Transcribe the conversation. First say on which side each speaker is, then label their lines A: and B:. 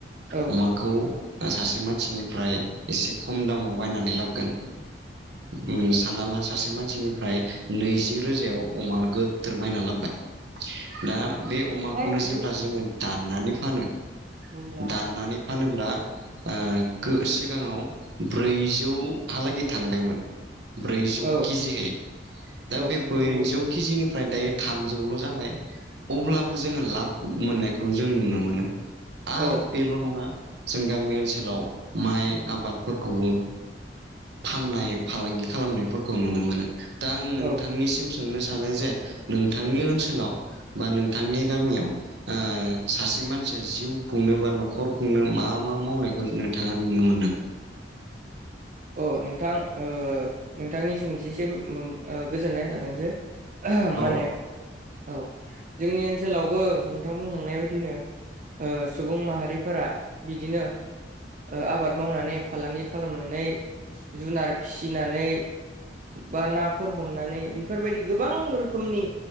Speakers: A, on the right (about 45°); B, on the right (about 65°).
A: औ
B: अमाखौ आ सासे मानसिनिफ्राय एसे खम दामाव बायनानै लाबगोन उम सान्ना ला सासे मानसिनिफ्राय नैजि रोजायाव अमा गोद्दोर बायना लाबबाय दा बे अमाखौनो
A: है
B: जेब्ला
A: मैला
B: जोङो दाननानै फानो
A: मैला
B: दाननानै फानोब्ला आ गो सिगाङाव ब्रैजौहालागै थांनायमोन। ब्रैजौ
A: औ
B: कि जिहै दा
A: औ
B: बे ब्रैजौ
A: नंगौ
B: कि जि निफ्राय दायो थामजौल' जाबाय अब्लाबो जोङो लाब मोननायखौ जों नुनो मोनो।
A: औ
B: आरो बेल' नङा जों गामि ओनसोलाव माइ आबादफोरखौबो फाननाय फालांगि खालामनायफोरखौ नुनो मोनो दा आं नोंथांनि
A: औ
B: सोंनो सानो जे नोंथांनि ओनसोलाव बा नोंथांनि गामियाव ओ सासे मानसिया जिउ खुंनो बा न'खर खुंनो मा मा मावनायखौ नोंथाङा नुनो मोनदों?
A: अ नोंथां ओ नोंथांनि सोंथिसिम मोम ओ गोजोननाय थाथोंसै <unintelligible> माने
B: औ
A: औ जोंनि ओनसोलावबो नोंथां बुंलांनाय बायदिनो ओ सुबुं माहारिफोरा बिदिनो ओ आबाद मावनानै फालांगि खालामनानै जुनार फिसिनानै बा नाफोर हमनानै बिफोरबायदि गोबां रोखोमनि